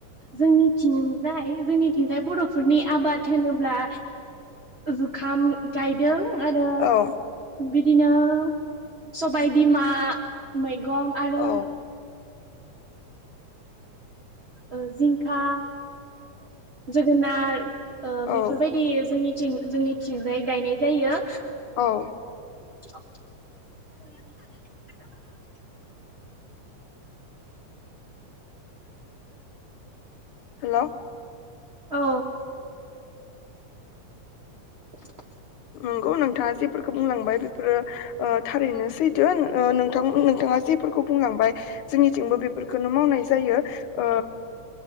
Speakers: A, on the right; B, on the left.
A: जोंनिथिं जाय जोंनिथिंजाय बर'फोरनि आबाद होनोब्ला जुखाम गायदों। आरो
B: औ
A: बिदिनो। सबाय बिमा मै गं आरो
B: औ
A: ओ जिं खा जोगोनाथ ओ
B: औ
A: बेफोर बायदि जोंनिथि जोंनिथिंजाय गायनाय जायो
B: औ।
A: <inaudible> <inaudible>
B: हेल'
A: <inaudible> औ <inaudible>
B: नंगौ नोंथाङा जेफोरखौ बुंलांबाय बेफोरो ओ थारैनो सैथो ओ नोंथां नोंथाङा जेफोरखौ बुंलांबाय जोंनिथिंबो बेफोरखौनो मावनाय जायो ओ